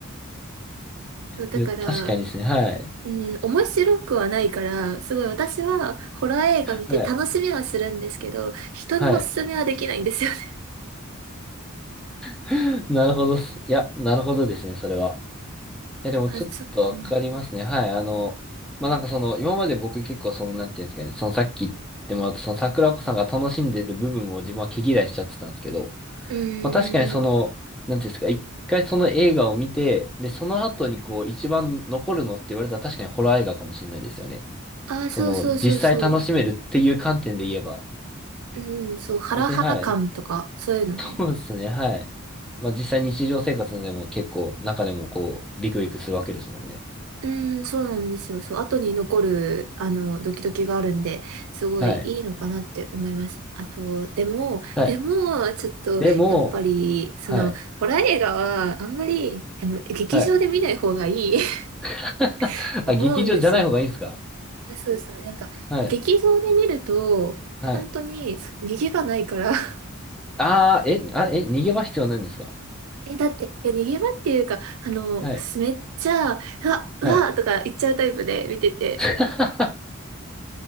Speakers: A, on the right; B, in the centre.
A: そうだから、
B: いや、確かにですね、はい。
A: うん、面白くはないから、すごい私はホラー映画見て楽しみはするんですけど、
B: はい
A: 人におすすめはできないんですよね。
B: はい。<laughs> なるほどっす。いや、なるほどですね、それは。いや、でもちょっとわかりますね。
A: <laughs> あ、そう、うん。
B: はい。あの、まあ、なんかその、今まで僕結構その、なんていうんですかね、そのさっき言ってもらったその桜子さんが楽しんでる部分を自分は毛嫌いしちゃってたんですけど、
A: うん。
B: まあ、確かにその、なんていうんですか、一回その映画を見て、で、その後にこう、一番残るのって言われたら確かにホラー映画かもしれないですよね。
A: あ、そうそうそうそう。
B: その、実際楽しめるっていう観点で言えば、
A: うん、そう、ハラハラ感とか、
B: 別にはい。
A: そういうのね。
B: そうですね、はい。まあ実際日常生活でも結構中でもこうビクビクするわけですもんね。
A: うん、そうなんですよ。そう、後に残る、あの、ドキドキがあるんで、すごいいいのかなって思います。
B: はい。
A: あと、でも、
B: はい。
A: でも、ちょっと、
B: でも、
A: やっぱり、その、
B: はい。
A: ホラー映画は、あんまり、あの、劇場で見ない方がいい
B: はい。
A: <laughs>
B: <laughs>
A: 思うんですよ。
B: あ、劇場じゃない方がいいんですか
A: あそうそう、なんか、
B: はい。
A: 劇場で見ると、
B: はい。
A: 本当に、逃げ場ないから <laughs>
B: ああ、え、あ、え、逃げ場必要ないんですか
A: え、だって、いや、逃げ場っていうか、あの、
B: はい。
A: めっちゃ、うわ、うわ、
B: はい。
A: とか言っちゃうタイプで見てて、
B: <laughs>